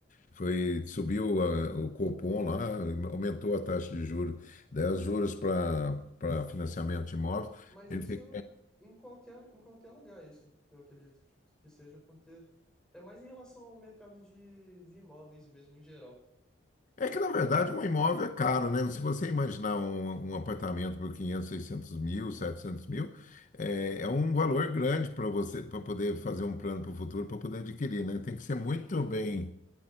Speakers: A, on the left (about 40°); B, in the centre.
A: Foi, subiu a- o Copom lá, aumentou a taxa de juros, 10 juros para para financiamento de imóvel.
B: Mas
A: Ele
B: isso
A: fica-
B: em qualquer, em qualquer lugar, isso eu acredito que, tipo, que seja, porque é mais em relação ao mercado de, de imóveis mesmo em geral.
A: É que, na verdade, um imóvel é caro, né? Se você imaginar um, um apartamento por 500 600 mil, 700 mil, é, é um valor grande para você, para poder fazer um plano para o futuro, para poder adquirir, né? Tem que ser muito bem,